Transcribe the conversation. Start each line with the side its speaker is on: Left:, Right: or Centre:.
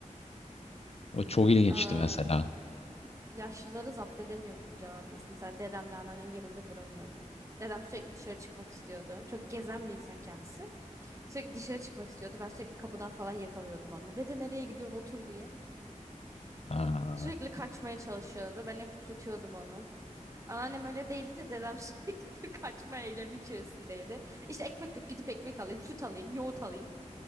Left: O çok ilginçti
Right: <laughs> Aa,
Left: mesela.
Right: yaşlıları zapt edemiyorduk ya biz. Mesela dedemle anneannem yerinde duramıyordu. Dedem sürekli dışarı çıkmak istiyordu. Çok gezen bir insan kendisi. Sürekli dışarı çıkmak istiyordu. Ben sürekli kapıdan falan yakalıyordum onu. Dede nereye gidiyorsun otur diye.
Left: Aa,
Right: Sürekli kaçmaya çalışıyordu. Ben hep tutuyordum onu. Anneannem öyle değildi de dedem <laughs> sürekli bir kaçma eylemi içerisindeydi. İşte ekmek yok gidip ekmek alayım, süt alayım, yoğurt alayım.